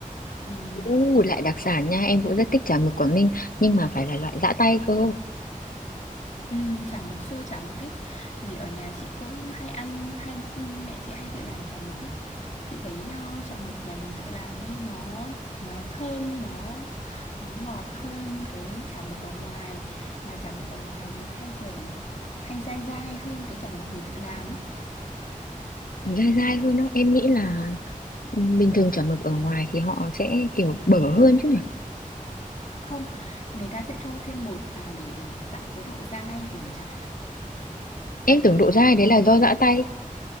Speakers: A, on the left; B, on the left.
A: Ừm,
B: U lại đặc sản nha, em cũng rất thích chả mực Quảng Ninh nhưng mà phải là loại giã tay cơ.
A: ừm, chả mực xôi chả mực ý thì ở nhà chị cũng hay ăn hay mẹ chị hay tự làm chả mực ấy chị thấy ờ, chả mực nhà mình tự làm ấy nó nó thơm nó nó ngọt hơn cái chả mực ở ngoài mà chả mực ở ngoài thì hay kiểu hay dai dai hơn cái chả mực mình tự làm ấy
B: Dai dai hơn đó, em nghĩ là ừ, bình thường chả mực ở ngoài thì họ sẽ kiểu bở hơn chứ nhỉ.
A: không người ta sẽ cho thêm bột vào để tạo cái độ dai của trà
B: Em tưởng
A: nên
B: độ
A: là
B: dai
A: ăn
B: đấy là do giã tay,